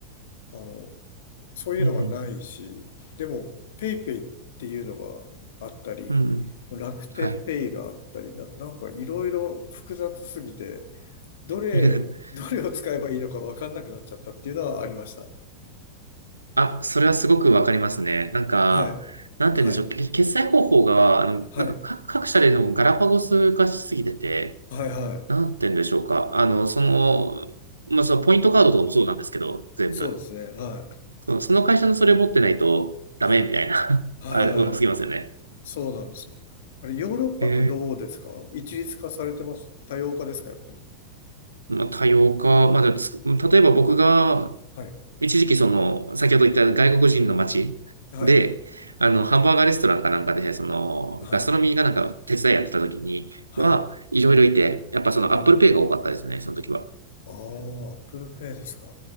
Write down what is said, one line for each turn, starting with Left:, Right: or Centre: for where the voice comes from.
Left: あの、そういうのがないし、
Right: うん、うん。
Left: でも、ペイペイっていうのがあったり、
Right: うんうん
Left: 楽天ペイがあったり、
Right: はい。
Left: な、なんかいろいろ複雑すぎて、どれ、
Right: <laughs>
Left: どれを使えばいいのかわかんなくなっちゃったっていうのはありました。
Right: あ、それはすごくわかりますね。なんか、
Left: はい。
Right: なんて言うんでしょう。
Left: はい。
Right: け決済方法が、あの、
Left: はい。
Right: なんか各、各社でのガラパゴス化しすぎてて、
Left: はい。はい。
Right: なんて言うんでしょうか。あの、その、
Left: はい。
Right: まあ、そのポイントカードとかもそうなんですけど、全部。
Left: そうですね。はい。
Right: その、その会社のそれ持ってないとダメみたいな。
Left: はい。
Right: <laughs>
Left: はい。
Right: あれ、
Left: はい。
Right: 多すぎますよね。
Left: そうなんですよ。あれ、ヨーロッパってどうですか一律化されてます多様化ですかやっぱり。
Right: へえまあ、多様化。まだつ、例えば僕が、
Left: はい。
Right: 一時期その、先ほど言った外国人の街で、
Left: はい。
Right: あの、ハンバーガーレストランかなんかで、その、
Left: はい。
Right: ガストロミーがなんか手伝いやってた時には、
Left: はい。
Right: いろいろいて、やっぱその
Left: はい。
Right: Apple Pay が多かったですね、その時は。
Left: ああ、Apple Pay ですか。